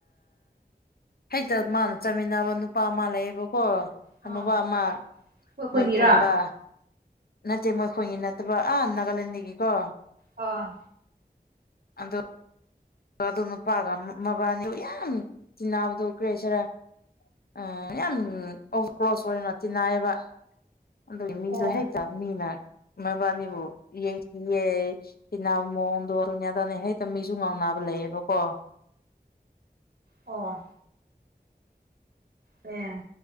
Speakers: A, on the left; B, on the right.
A: ꯍꯦꯛꯇ ꯃꯥꯅ ꯆꯥꯃꯤꯟꯅꯕ ꯅꯨꯄꯥ ꯑꯃ ꯂꯩꯌꯦꯕꯀꯣ
B: ꯑꯥ
A: ꯑꯅꯨꯧꯕ ꯑꯃ
B: ꯑꯩꯈꯣꯏ ꯈꯨꯟꯒꯤꯔꯥ
A: ꯃꯣꯏ ꯄꯨꯟꯕ ꯅꯠꯇꯦ ꯃꯣꯏ ꯈꯣꯏꯉꯤ ꯅꯠꯇꯕ ꯑꯥ ꯅꯥꯒꯥꯂꯦꯟꯗꯒꯤꯀꯣ
B: ꯑ
A: ꯑꯗꯣ ꯗꯣ ꯅꯨꯄꯥꯒ ꯃꯕꯥꯅꯤ ꯌꯥꯝ ꯆꯤꯕꯗ ꯎꯈ꯭ꯔꯦꯁꯤꯔ ꯑ ꯌꯥꯝ ꯑꯣꯕ ꯀ꯭ꯂꯣꯁ ꯑꯣꯏꯅ ꯑꯣꯏꯅꯣ ꯇꯤꯟꯅꯥꯏꯕ ꯑꯗꯨꯒꯤ ꯃꯤꯁꯨ
B: ꯑꯣ
A: ꯍꯦꯛ ꯆꯃꯤꯅ ꯃꯣꯏꯕꯥꯅꯤꯕꯨ ꯌꯦꯡꯁꯤꯌꯦ ꯏꯅꯥ ꯃꯑꯣꯡꯗ ꯑꯣꯏꯔꯅꯦꯗꯅꯦ ꯍꯩꯛꯇ ꯃꯤꯁꯨ ꯉꯥꯡꯅꯕ ꯂꯩꯌꯦꯕ ꯀꯣ
B: ꯑꯣ ꯑꯦ